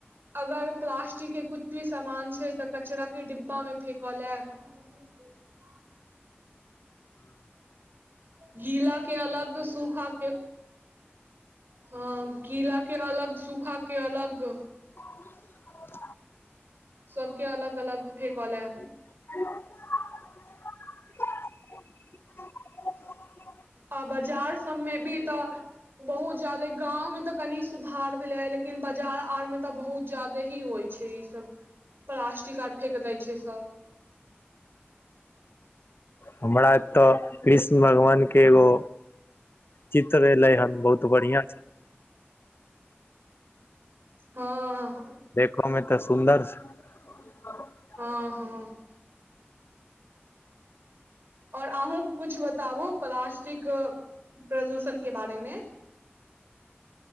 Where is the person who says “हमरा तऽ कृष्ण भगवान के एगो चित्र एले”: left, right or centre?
Left